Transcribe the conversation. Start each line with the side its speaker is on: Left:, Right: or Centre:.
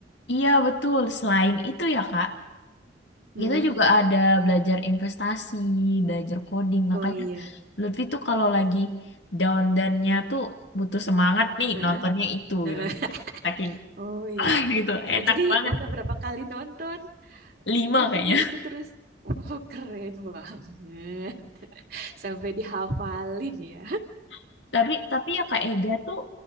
Left: iya betul. Selain itu ya, Kak,
Right: Mm-mm.
Left: Kita juga ada belajar investasi, belajar coding. Makanya
Right: Oh iya.
Left: Lutfi tuh kalau lagi down-downnya tuh butuh semangat nih
Right: Heeh,
Left: nontonnya itu
Right: heeh.
Left: gitu.
Right: <laughs>
Left: Saking
Right: Oh iya
Left: <laughs>
Right: ya.
Left: gitu,
Right: Oh
Left: enak
Right: jadi
Left: banget.
Right: udah berapa kali nonton?
Left: Lima
Right: Nontonnya
Left: kayaknya.
Right: itu terus. Oh keren banget. <laughs> Sampai dihafalin ya.
Left: <laughs> Tapi tapi ya Kak Ega tuh